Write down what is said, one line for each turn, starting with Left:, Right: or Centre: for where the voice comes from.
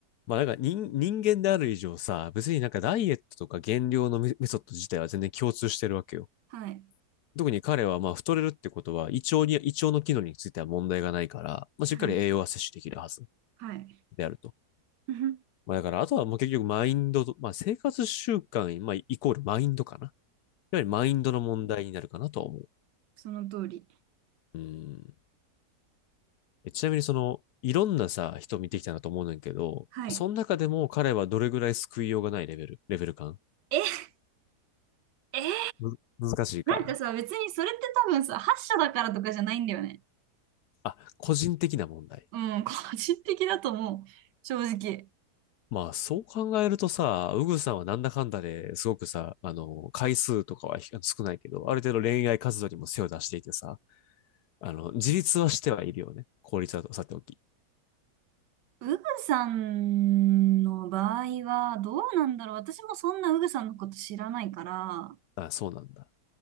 Left: まあなんか人、人間である以上さ、別になんかダイエットとか減量のメメソッド自体は全然共通してるわけよ。
Right: はい。
Left: 特に彼はまあ太れるってことは胃腸に、胃腸の機能については問題がないから、まあしっかり栄養は摂取できるはず
Right: はい。はい。
Left: であると。
Right: <laughs> うん。
Left: まあだからあとはもう結局マインドと、まあ生活習慣、まあイコールマインドかな。やはりマインドの問題になるかなとは思う。
Right: その通り。
Left: うん。えちなみにその、いろんなさ、人見てきたなと思うねんけど、
Right: はい。
Left: その中でも彼はどれぐらい救いようがないレベル、レベル感
Right: え、えー
Left: む難しいか。
Right: なんかさ、別にそれって多分さ、発射だからとかじゃないんだよね。
Left: あ、個人的な問題。
Right: うん、個人的だと思う。正直。
Left: まあ、そう考えるとさ、ウグさんはなんだかんだですごくさ、あの、回数とかはひ少ないけど、ある程度恋愛活動にも背を出していてさ、あの、自立はしてはいるよね。効率はさておき。
Right: ウグさんの場合はどうなんだろう。私もそんなウグさんのこと知らないから、
Left: あ、そうなんだ。